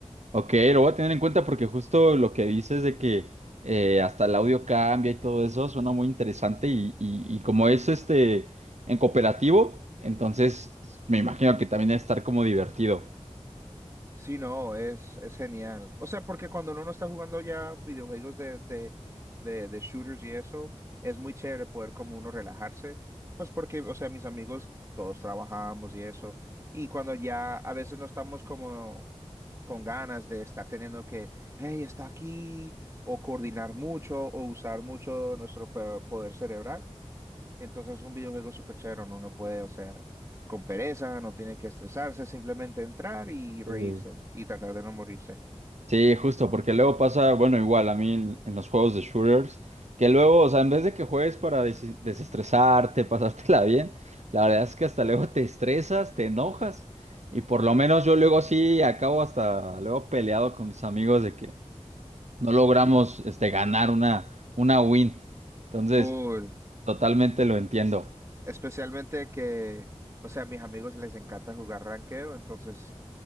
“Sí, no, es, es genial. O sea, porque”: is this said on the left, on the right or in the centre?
Right